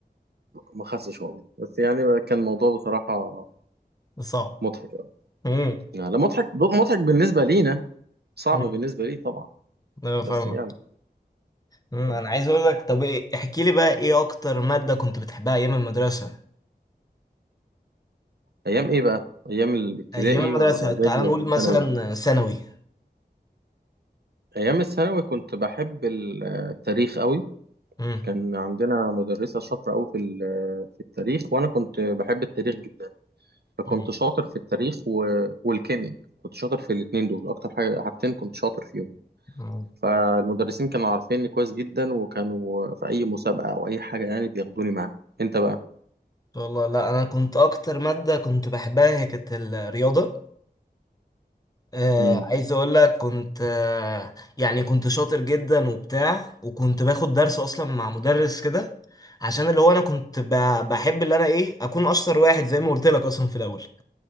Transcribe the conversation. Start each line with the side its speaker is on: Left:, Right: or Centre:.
Right: ما خسش والله بس يعني كان الموضوع بصراحة
Left: ده صعب
Right: مضحك أوي
Left: امم
Right: يعني لا مضحك مضحك بالنسبة لينا صعب
Left: امم
Right: بالنسبة لي طبعا
Left: انا فاهمك
Right: بس يعني
Left: مم.
Right: آه.
Left: انا عايز اقول لك طب ايه احكي لي بقى ايه اكتر ماده كنت بتحبها ايام المدرسه
Right: أيام إيه بقى؟ أيام الابتدائي
Left: ايام المدرسه
Right: ولا الإعدادي
Left: تعال
Right: ولا
Left: نقول
Right: الثانوي؟
Left: مثلا ثانوي
Right: أيام الثانوي كنت بحب التاريخ أوي
Left: امم
Right: كان عندنا مدرسة شاطرة أوي في ال- في التاريخ وأنا كنت بحب التاريخ جدا فكنت
Left: امم،
Right: شاطر في التاريخ و... والكيمياء كنت شاطر في الاتنين دول أكتر حاجة حاجتين كنت شاطر فيهم
Left: امم.
Right: فالمدرسين كانوا عارفيني كويس جدا وكانوا في أي مسابقة أو أي حاجة يعني بياخدوني معاهم أنت بقى؟
Left: شاء الله لا انا كنت اكتر ماده كنت بحبها هي كانت الرياضه آه
Right: امم
Left: عايز اقول لك كنت آه يعني كنت شاطر جدا وبتاع وكنت باخد درس اصلا مع مدرس كده عشان اللي هو انا كنت ب- بحب اللي انا ايه اكون اشطر واحد زي ما قلت لك اصلا في الاول